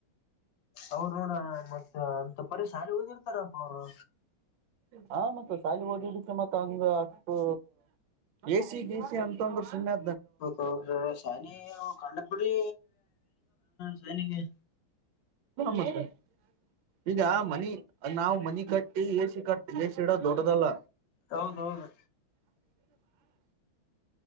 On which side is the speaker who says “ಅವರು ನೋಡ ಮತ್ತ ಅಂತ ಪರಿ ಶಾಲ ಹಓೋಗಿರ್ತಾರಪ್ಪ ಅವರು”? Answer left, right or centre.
Left